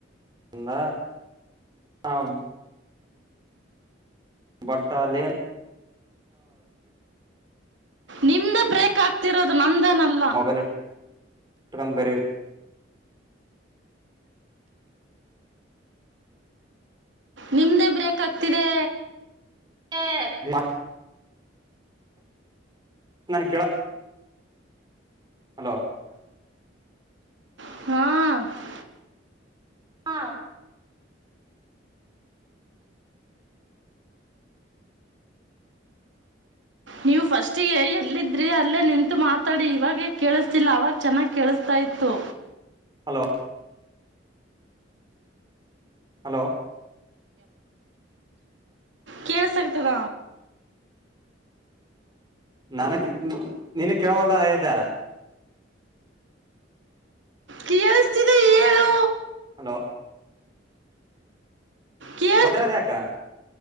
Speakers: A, on the right; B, on the right.
A: ಅಂದ ಹಾಂ ಬಟ್ ಅಲೇನ್
B: ನಿಮ್ದೇ ಬ್ರೇಕ್ ಆಗ್ತಿರೋದು ನಮೇದೇನಲ್ಲ
A: ಮೊಬೈಲ್ <unintelligible>
B: ನಿಮ್ಮದೇ ಬ್ರೇಕ ಆಗ್ತಿದೆ
A: <unintelligible> ನನ್ ಕೇಳ- ಹಲೋ
B: ಹಾ
A: ಹಾ
B: ನೀವು ಫಸ್ಟ್ಗೆ ಎಲ್ಲಿದ್ರಿ ಅಲ್ಲೇ ನಿಂತು ಮಾತಾಡಿ ಇವಾಗ ಕೇಳಿಸ್ತಿಲ್ಲ ಆವಾಗ ಚೆನ್ನಾಗಿ ಕೇಳಿಸ್ತಾ ಇತ್ತು
A: ಹಲೋ ಹಲೋ
B: ಕೇಳ ಸಾಕತದ
A: ನಿನಗ್ ನೀನ್ ಕೇಳವಲ್ದದ
B: ಕೇಳಿಸ್ತಿದೆ ಹೇಳು
A: ಹಲೋ
B: ಕೇಳಿಸ್ತಿದೆ
A: ಒದ್ರದ ಯಾಕ